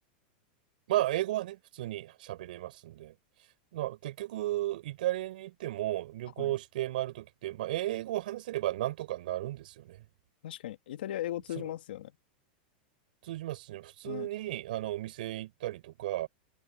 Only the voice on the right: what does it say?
まあ、英語はね、普通に喋れますんで。まあ、結局、イタリアに行っても、旅行して回るときって、
まあ、英語を話せればなんとかなるんですよね。
つま、通じますしね、普通にあのお店行ったりとか、